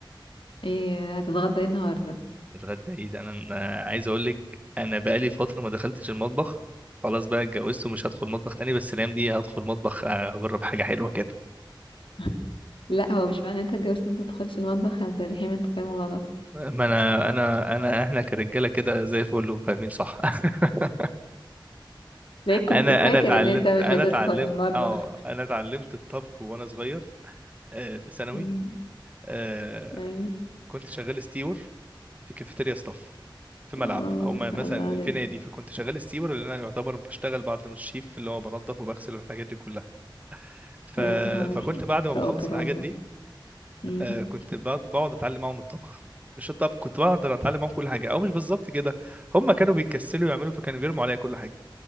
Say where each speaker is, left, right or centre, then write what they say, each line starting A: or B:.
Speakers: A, on the left (about 85°); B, on the right (about 15°).
A: ايه هتتغدى ايه النهارده
B: الغدا ايه ده انا أنا عايز اقول لك انا بقالي فتره ما دخلتش المطبخ خلاص بقى اتجوزت ومش هدخل مطبخ تاني بس الايام دي هدخل مطبخ اجرب حاجه حلوه كده
A: <laughs> لا هو مش معنى انت اتجوزت انت تدخلش المطبخ يا عبد الرحيم انت فاهم غلط
B: ما انا انا انا احنا كرجاله كده زي الفل وفاهمين صح <laughs>
A: ليه كنت
B: انا
A: فاكر
B: انا اتعلمت
A: ان انت مش
B: انا
A: هتدخل
B: اتعلمت
A: المطبخ
B: اه انا اتعلمت الطبخ وانا صغير آه، في ثانوي
A: امم،
B: آه،
A: ايوه
B: كنت شغال ستيور في كافيتيريا ستاف في ملعب
A: واو
B: او
A: ما
B: ما-
A: شاء
B: مثلا
A: الله عليك
B: في نادي فكنت شغال ستيور اللي انا يعتبر بشتغل بعد ما الشيف اللي هو بنظف وبغسل والحاجات دي كلها ف...
A: يا نهار
B: فكنت
A: ش-
B: بعد
A: شاطر
B: ما بخلص الحاجات
A: والله
B: دي
A: امم،
B: آه، كنت بقعد بقعد اتعلم معاهم الطبخ مش الطبخ كنت بقعد اتعلم معاهم كل حاجه او مش بالظبط كده هم كانوا بيكسلوا يعملوا فكانوا بيرموا عليا كل حاجه